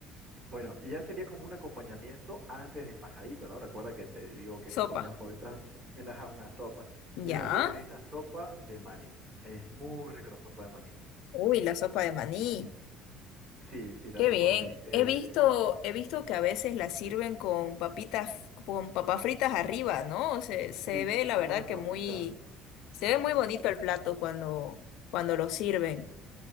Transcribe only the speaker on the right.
Bueno, y ya sería como un acompañamiento antes del majadito, ¿no? Recuerda que te digo que
mis comidas favoritas es la, una sopa.
Y una de ellas es la sopa de maní. Es muy rica la sopa de maní.
Sí, sí, la
sopa
de maní. Eh,
sí,
con
unas
papitas.